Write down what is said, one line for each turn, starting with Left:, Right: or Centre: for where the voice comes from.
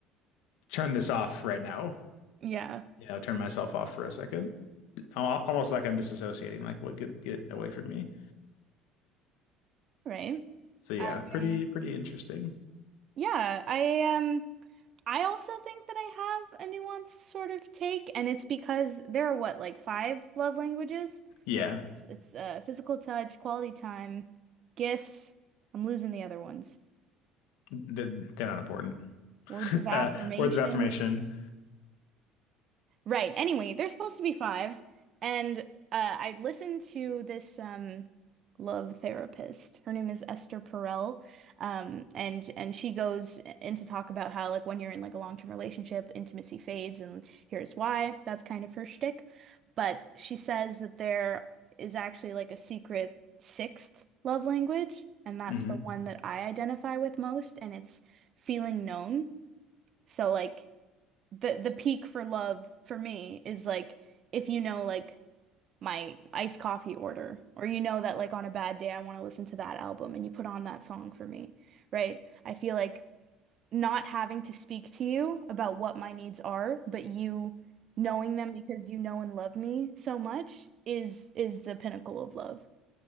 Left: turn this off right now.
Right: Yeah,
Left: You know, turn myself off for a second. Al- Almost like I'm disassociating, like what get get away from me.
Right: right.
Left: So yeah,
Right: Um,
Left: pretty
Right: yeah.
Left: pretty interesting.
Right: Yeah, I um I also think that I have a nuanced sort of take, and it's because there are what, like five love languages?
Left: Yeah,
Right: It's it's uh physical touch, quality time, gifts. I'm losing the other ones.
Left: th- they're not important. <laughs>
Right: Words of affirmation.
Left: Uh, words of affirmation.
Right: Right. Anyway, there's supposed to be five, and uh, I listened to this um, love therapist. Her name is Esther Perel, um, and and she goes in to talk about how like when you're in like a long-term relationship, intimacy fades, and here's why. That's kind of her shtick. But she says that there is actually like a secret sixth love language, and that's
Left: Mhm.
Right: the one that I identify with most, and it's feeling known. So like the the peak for love for me is like if you know like my iced coffee order or you know that like on a bad day I want to listen to that album and you put on that song for me, right? I feel like not having to speak to you about what my needs are, but you knowing them because you know and love me so much is is the pinnacle of love.